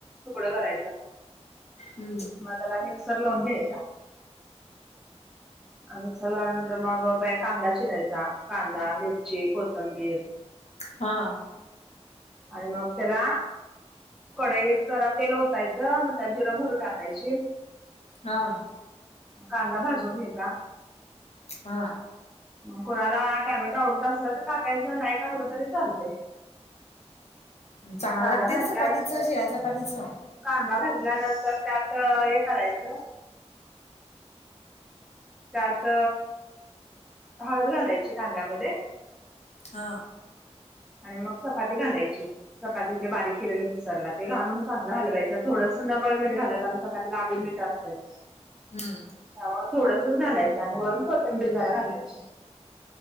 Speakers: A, in the centre; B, on the left.
A: तुकडं करायचं,
B: हम्म
A: मग त्याला मिक्सर लावून घ्यायचा. मिक्सर लावल्यानंतर मग कांदा चिरायचा, कांदा, मिरची, कोथंबीर.
B: हां.
A: आणि मग त्याला कढईत जरा तेल ओतायचं, मग त्यात जिरं मोरी टाकायची
B: हां.
A: कांदा भाजून घ़्यायचा
B: हां.
A: मग कोणाला टोमॅटो आवडत असलं तर टाकायचं, नाही टाकलं तरी चालतय. <unintelligible>
B: चांगला
A: कांदा
B: लागतंय
A: भाजल्यानंतर
B: ते चपातीचं, शिळ्या चपातीचं.
A: कांदा भाजल्यानंतर त्यात हे करायचं त्यात, हळद घालायची कांद्यामध्ये
B: हां.
A: आणि मग चपाती घालायची. चपाती ते बारीक केलेले मिक्सरला ते घालून चांगलं हलवायचं थोडसं नकळत मीठ घालायचं कारण चपा''--'' तीला आदी मीठ असतंयच.
B: हम्म,
A: त्यामुळे थोडसंच घालायचं आणि वरून कोथंबीर जरा घालायची.